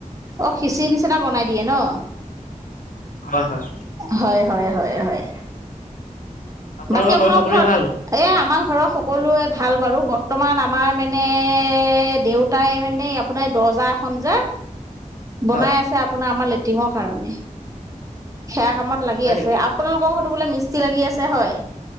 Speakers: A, on the right; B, on the left.
A: অ খিচিৰি নিচিনা বনাই দিয়ে ন
B: হয় হয়
A: হয় হয় হয় হয়
B: আপোনালোকৰ
A: বাকী আপোনাৰ
B: ঘৰৰ সকলোৰে
A: ঘৰত
B: ভাল
A: এ আমাৰ ঘৰৰ সকলোৱে ভাল বাৰু বৰ্তমান আমাৰ মানে দেউত- তাই মানে আপোনাৰ দৰ্জা এখন যে বনাই
B: হয়
A: আছে আপোনাৰ আমাৰ লেট্ৰিনৰ কাৰণে, সেয়া কামত
B: অ'
A: লাগি
B: হয়
A: আছে।
B: নেকি?
A: আপোনালোকৰ ঘৰতো বোলে মিস্তি লাগি আছে হয়।